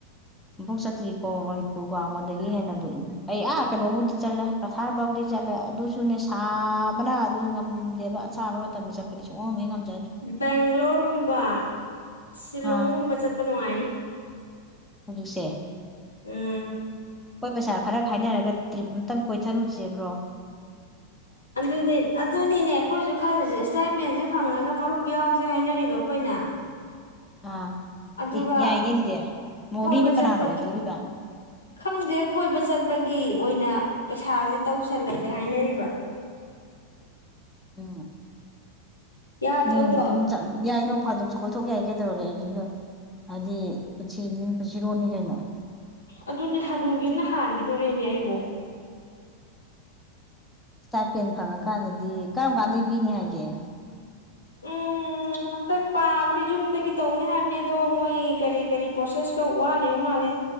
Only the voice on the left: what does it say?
ꯕꯦꯡꯒ꯭ꯂꯣꯔꯒꯨꯝꯕ ꯁꯤꯂꯣꯡꯒꯨꯝꯕ
ꯆꯠꯄ ꯀꯅꯅꯨꯡꯉꯥꯏꯅꯤ
ꯎꯝ
ꯑꯗꯨꯅꯤ ꯑꯗꯨꯅꯤꯅꯦ ꯑꯩꯈꯣꯏꯁꯨ ꯈꯜꯂꯁꯦ ꯏꯁꯇꯥꯏꯄꯦꯟꯁꯦ ꯐꯪꯉꯒ ꯃꯔꯨꯞ ꯌꯥꯎꯁꯦ ꯍꯥꯏꯅꯔꯤꯕ ꯑꯩꯈꯣꯏꯅ
ꯑꯗꯨꯒ
ꯀꯣꯏꯕ
ꯆꯠꯄ
ꯈꯪꯗꯦ ꯀꯣꯏꯕ ꯆꯠꯄꯒꯤ ꯑꯣꯏꯅ ꯄꯩꯁꯥꯁꯦ ꯇꯧꯁꯜꯂꯁꯦ ꯍꯥꯏꯅꯔꯤꯕ
ꯌꯥꯗ꯭ꯔꯣꯗꯣ
ꯑꯗꯨꯅꯦ ꯍꯂꯨꯒꯤꯅ ꯍꯥꯟꯈꯤꯗꯣꯔꯦꯅꯦ ꯑꯩꯕꯨꯣ
ꯎꯝ ꯍꯟꯇꯛ ꯄꯥꯕꯗꯤ ꯖꯨꯟꯗꯒꯤ ꯇꯧꯅꯤ ꯍꯥꯏꯕꯅꯤ ꯑꯗꯣ ꯃꯣꯏ ꯀꯔꯤ ꯀꯔꯤ ꯄ꯭ꯔꯣꯁꯦꯁ ꯈꯔ ꯋꯥꯠꯂꯤꯕ ꯃꯥꯜꯂꯦ